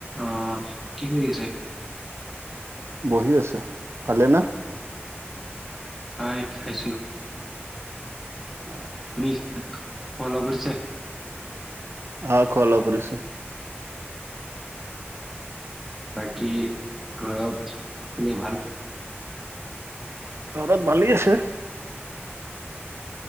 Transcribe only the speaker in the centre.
অ কি কৰি আছে
ভাই খাইছো
উনি ফল কৰিছে
বাকী ঘৰত কোনে ভাল